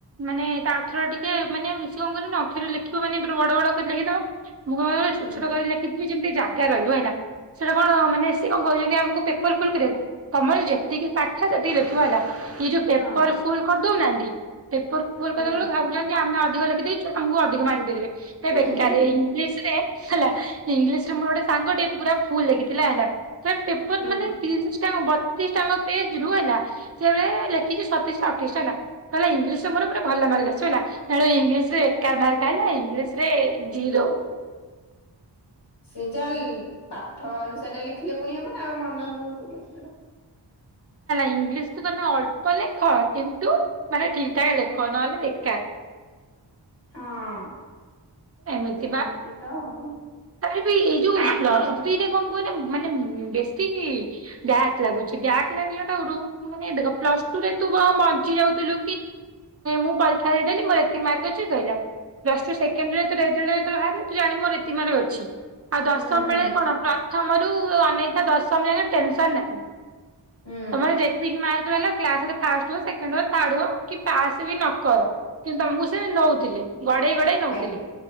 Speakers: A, on the right (about 35°); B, on the left (about 65°).
A: ମାନେ ତା 'ଅକ୍ଷର ଟିକେ, ମାନେ ସେ କ'ଣ କରିବ ନା ଅକ୍ଷର ଲେଖିବ ମାନେ ବଡ଼ ବଡ଼ କରି ଲେଖି--ବ। ଛୋଟ୍
B: ହୁଁ
A: ଛୋଟ କରି ଲେଖିଥିବି, ଯେମିତି ଜାଗା ରହିବ ହେଲା। କ'ଣ, ମାନେ ସେ କ'ଣ କହିଚନ୍ତି ଆମକୁ ପେପର୍ ଫୁଲ୍ କରିବାକୁ। ଯେତିକି ପାଠ ସେତିକି ଲେଖିବା ହେଲା। ଯଉ ପେପର୍
B: ହଁ
A: ଫୁଲ୍ କ---ଦଉ ନାହାନ୍ତି, ପେପର ଫୁଲ୍‌
B: ହୁଁ
A: କରି ଆମେ ଅଧିକ ଲେଖି ଦେଇଚୁ, ଆମକୁ ଅଧିକ ମାର୍କ ଦେଇ ଦେବେ।
B: ହୁଁ
A: ବେକରେ ଇଂଲିଶ୍ ରେ ହେଲା, ଇଂଲିଶ୍ ରେ ମୋର ଗୋଟେ ସାଙ୍ଗଟେ ପୁରା ଫୁଲ୍ ଲେଖିଥିଲା ହେଲା। ପେପର୍
B: ହୁଁ
A: ମାନେ ତିରିଶ୍ ଟା ବ ଯାକ ପେଜ୍‌ରୁ ହେଲା, ଲେଖିଚି ସତେଇଶ୍ ଟା ଅଠେଇଶ୍ ଟା ହେଲା। ଇଂଲିଶ୍ ଭଲ ମା ଆସିବ ହେଲା, ଇଂଲିଶ୍ ରେ ଏକା ମାର୍କ ଆଇଲା। ଇଂଲିଶ୍ ରେ ଜିରୋ
B: ସେ ଯାହା ପାଠ ଅନୁସାରେ ଲେଖିଲେ ପୁଣି ହବ ନା। ଆ
A: ଇଂଲିଶ୍ ତମେ ଅଳ୍ପ ଲେଖ, କିନ୍ତୁ ମାନେ ଠିକ୍ ଠାକ୍ ଲେଖ। ନହେଲେ ବେକା
B: <inaudible>
A: ଏମିତି ବା ଏଇ ଯଉ ପ୍ଲସ୍‌ଥ୍ରୀ କ'ଣ କୁହ---ମାନେ ବେଶୀ ବ୍ୟାକ୍ ଲାଗୁଚି, ବ୍ୟାକ୍ ଲାଗିଲା ମାନେ ଦେଖ ପ୍ଲସ୍‌ଟୁ ରେ ତୁ କ'ଣ ବଞ୍ଚି ଯାଉଥିଲୁ, ମୁଁ ପରୀକ୍ଷା ଦେଇ ଦେଲି, ମୋର ଏତିକି ମାର୍କ ଅଛି ସଇଲା। ଯେତ----ଳେ ଭାରିବ, ତୁ ଜାଣିବୁ ମୋର ଏତିକି ମା ଅଛି। ଆଉ ଦଶମ୍
B: ହୁଁ
A: ବେଳେ
B: ହୁଁ
A: କ'ଣ ମର ଅନେଇଥା ଦଶମ୍‌ ଯା ଟେନସନ୍‌ ନାହିଁ।
B: ହୁଁ
A: ତମର ଯେତିକି ମାର୍କ ରହିଲା କ୍ଲାସ୍‌ରେ ଫାଷ୍ଟ୍ ହୁଅ ସେଖେ---ହୁଅ ଥାର୍ଡ଼ ହୁଅ କି ପାସ୍‌ବି ନକର। କିନ୍ତୁ ତ--କୁ ସେ ନଉଥିଲେ, ଗଡ଼େଇ ଗଡ଼େଇ ନଉଥିଲେ।
B: ଆଜ୍ଞା।